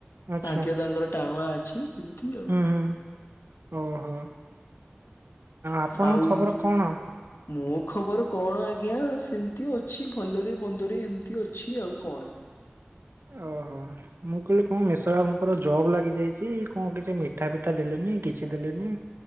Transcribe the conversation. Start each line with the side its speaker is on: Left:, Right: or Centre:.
Right: ଆଚ୍ଛା
Left: ଆଜ୍ଞା ତାଙ୍କର ଟାଣୁଆ ଅଛି। ଏମିତି ଆଉ
Right: ହୁଁ ହୁଁ ଓହୋ ଆପଣଙ୍କ
Left: ଆଉ
Right: ଖବର କଣ
Left: ମୋ ଖବର କଣ ଆଜ୍ଞା ସେମିତି ଅଛି ଭଲରେ ମନ୍ଦରେ ଏମିତି ଅଛି ଆଉ କଣ।
Right: ଓହୋ ମୁଁ କହିଲି କଣ ମେଷ ବାବୁଙ୍କର ଜବ୍ ଲାଗିଯାଇଛି କଣ କିଛି ମିଠା ପିଠା ଦେଲେନି କିଛି ଦେଲେନି।